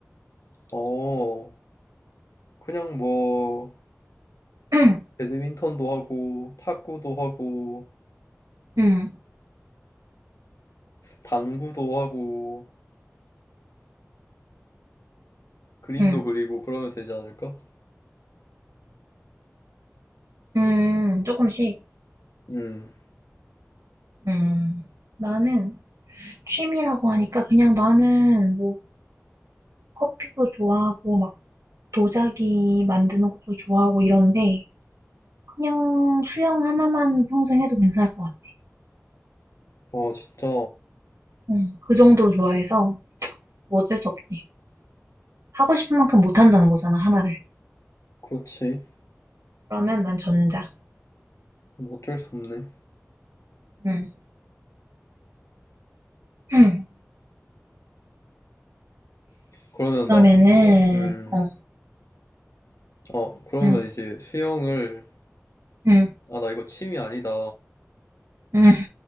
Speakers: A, on the left; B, on the right.
A: 어 그냥 뭐
B: 응.
A: 배드민턴도 하고 탁구도 하고
B: 응.
A: 당구도 하고 그림도
B: 응.
A: 그리고 그러면 되지 않을까?
B: 음, 조금씩.
A: 음.
B: 음. 나는 취미라고 하니까 그냥 나는 뭐 커피도 좋아하고 막 도자기 만드는 것도 좋아하고 이런데 그냥 수영 하나만 평생 해도 괜찮을 것 같아.
A: 어 진짜
B: 응. 그 정도로 좋아해서 뭐 어쩔 수 없지. 하고 싶은 만큼 못 한다는 거잖아, 하나를.
A: 그렇지.
B: 그러면 난 전자.
A: 뭐 어쩔 수 없네.
B: 응. 응.
A: 그러면
B: 그러면은,
A: 막 음.
B: 어,
A: 어 그러면
B: 응,
A: 이제 수영을
B: 응,
A: 아 나 이거 취미 아니다.
B: 응. <laughs>